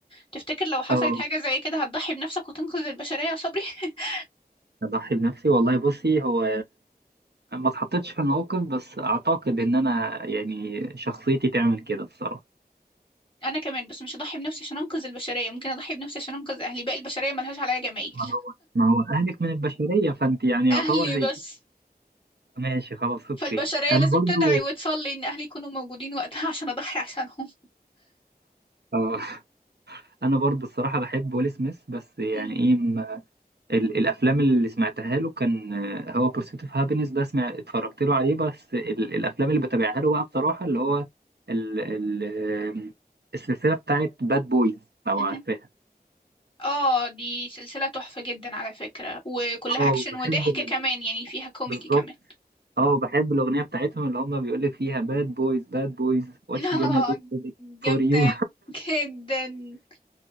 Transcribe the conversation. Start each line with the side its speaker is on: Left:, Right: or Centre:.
Left: تفتكر لو حصلت
Right: اه
Left: حاجة زي كده هتضحي بنفسك وتنقذ البشرية يا صبري <laughs>
Right: اضحي بنفسي والله بصي هو ما اتحطيتش في الموقف بس اعتقد ان انا يعني شخصيتي تعمل كده الصراحه
Left: أنا كمان بس مش هضحي بنفسي عشان أنقذ البشرية ممكن أضحي بنفسي عشان أنقذ أهلي باقي البشرية ملهاش عليا جمايل
Right: ما هو ما هو اهلك من البشريه فانت يعني يعتبر
Left: أهلي
Right: هيبقى
Left: بس
Right: ماشي خلاص اوكي
Left: فالبشرية
Right: انا
Left: لازم
Right: برضو
Left: تدعي وتصلي إن أهلي يكونوا موجودين وقتها عشان أضحي عشانهم
Right: آه، انا برضو الصراحه بحب ويل سميث بس يعني
Left: <laughs>
Right: ايه ما- ال- الافلام اللي سمعتها له كان آه، هو بورسيت اوف هابينس ده سمع اتفرجت له عليه بس ال- الافلام اللي بتابعها له بقى بصراحه اللي هو ال ال آه، السلسله بتاعت باد بويز لو
Left: مم.
Right: عارفاها
Left: اه دي سلسلة تحفة جدا على فكرة وكلها
Right: اه
Left: اكشن
Right: وبحب
Left: وضحك
Right: ال-
Left: كمان يعني فيها كوميدي
Right: بالظبط
Left: كمان
Right: اه بحب الأغنية بتاعتهم اللي هما بيقولك فيها باد بويز باد بويز واتش
Left: <laughs> اه
Right: جانا دو
Left: جامدة
Right: فور يو
Left: جدا